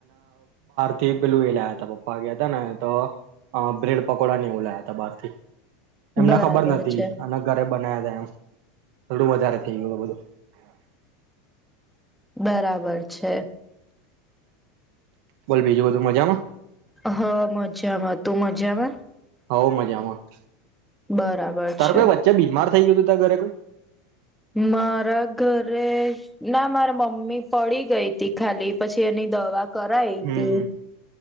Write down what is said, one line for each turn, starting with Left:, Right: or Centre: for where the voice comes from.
Right: તે પેલું એ લાયા હતા પપ્પા ગયા હતા ને તો, બ્રેડ પકોડા ને એવું લાયા ત બારથી. એમને
Centre: બરાબર
Right: ખબર નથી
Centre: છે
Right: અને ઘરે બ ના હતા એમ, થડું વધારે થઈ ગયું બધું.
Centre: બરાબર છે.
Right: બોલ બીજું બધું મજામાં?
Centre: હા મજામાં તું મજામાં?
Right: હોવ મજામાં,
Centre: બરાબર
Right: તાર
Centre: છે
Right: કોઈ વચ્ચે બીમાર થઈ ગયું હતું ત ઘરે કોઈ.
Centre: મારા ઘરે ના મારા મમ્મી પડી ગઈ ત ખાલી પછી એની દવા કર એ હતી.
Right: હમ